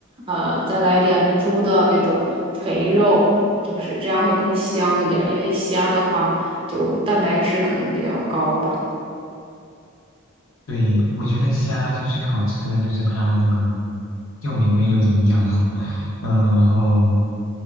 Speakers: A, on the right; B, on the left.
A: 呃再来一点猪的那种肥肉，就是这样会更香一点儿，因为虾的话就蛋白质可能比较高吧。
B: 对，我觉得虾就最好吃的就是它那个又美味又营养，<laughs> 嗯，然后